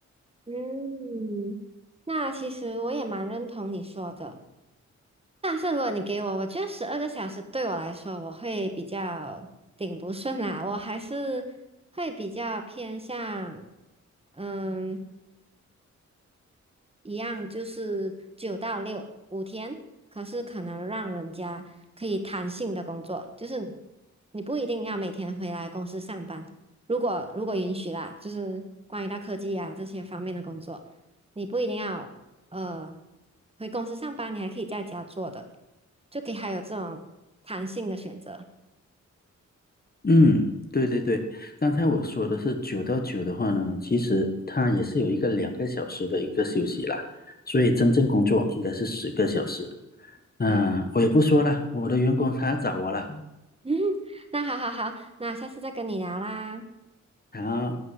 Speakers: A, on the right; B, on the left.
A: 嗯，那其实我也蛮认同你说的，但是如果你给我，我觉得十二个小时对我来说，我会比较顶不顺啦，我还是会比较偏向。嗯，一样就是九到六五天，可是可能让人家可以弹性的工作，就是你不一定要每天回来公司上班。如果如果允许啦，就是关于到科技啊这些方面的工作，你不一定要呃回公司上班，你还可以在家做的，就可以还有这种弹性的选择
B: 嗯，对对对，刚才我说的是九到九的话呢，其实它也是有一个两个小时的一个休息啦，所以真正工作应该是十个小时。那我也不说了，
A: 啊。<laughs>
B: 我的员工他找我了。
A: 嗯，那好好好，那下次再跟你聊啦。
B: 好。